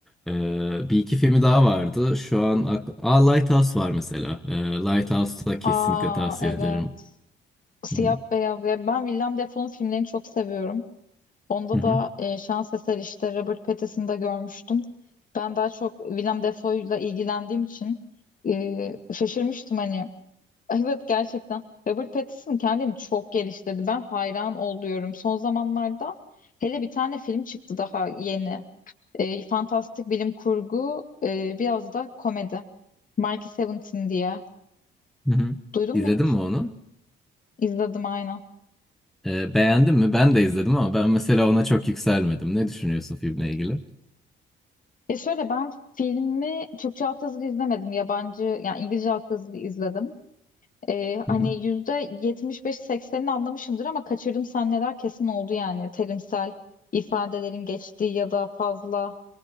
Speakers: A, in the centre; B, on the left.
A: Ee, bir iki filmi daha vardı. Şu an akl- Aa, Lighthouse var mesela. Ee, Lighthouse'u da kesinlikle
B: Aa
A: tavsiye
B: evet.
A: ederim.
B: Siyah
A: Hı hı.
B: beyaz. Ya ben Willem Dafoe'nun filmlerini çok seviyorum. Onda
A: Hı hı.
B: da e, şans eseri işte Robert Pattinson'ı da görmüştüm. Ben daha çok Willem Dafoe'yla ilgilendiğim için e, şaşırmıştım hani. <laughs> Evet gerçekten Robert Pattinson kendini çok geliştirdi. Ben hayran oluyorum. Son zamanlarda hele bir tane film çıktı daha yeni. E, fantastik bilim kurgu e, biraz da komedi. Mickey Seventeen diye.
A: Hı hı.
B: Duydun
A: İzledin
B: mu hiç?
A: mi onu?
B: İzledim aynen.
A: Ee, beğendin mi? Ben de izledim ama ben mesela ona çok yükselmedim. Ne düşünüyorsun filmle ilgili?
B: E şöyle ben filmi Türkçe altyazılı izlemedim. Yabancı yani İngilizce altyazılı izledim. Ee, hani
A: Hı hı.
B: yüzde yetmiş beş 80ini anlamışımdır ama kaçırdım sahneler kesin oldu yani terimsel ifadelerin geçtiği ya da fazla